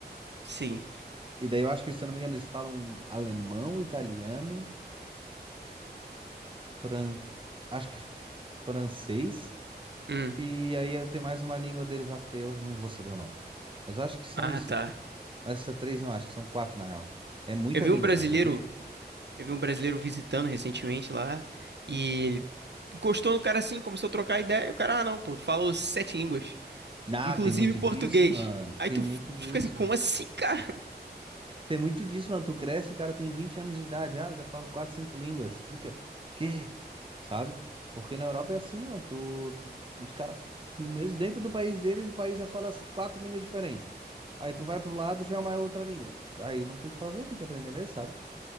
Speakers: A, on the right; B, on the right.
A: Sim.
B: E daí eu acho que, se eu não me engano, eles falam alemão, italiano, fran... acho que francês.
A: Hum.
B: E aí eu tenho mais uma língua deles lá que daí eu não vou saber o nome. Mas eu acho que são
A: Ah,
B: isso.
A: tá.
B: Mas Essa três não, acho que são quatro na real. É muita
A: Eu vi
B: língua,
A: um brasileiro,
B: mano, imagina.
A: eu vi um brasileiro visitando recentemente lá, e ele encostou no cara assim, começou a trocar ideia, e o cara, ah, não, pô, falou sete línguas,
B: Ah,
A: inclusive
B: tem muito
A: português.
B: disso, mano. Tem
A: Aí tu
B: muito
A: f- tu
B: disso,
A: fica assim, como
B: mano.
A: assim, cara?
B: Tem muito disso, mano. Tu cresce, o cara tem 20 anos de idade. Ah, eu já falo quatro, cinco línguas. Tu fica, quê? Sabe? Porque na Europa é assim, mano. Tu, tu- os caras, mesmo dentro do país deles, o país já fala as quatro línguas diferentes. Aí tu vai pro lado, já é uma outra língua. Aí não tem o que fazer, tem que aprender mesmo, sabe?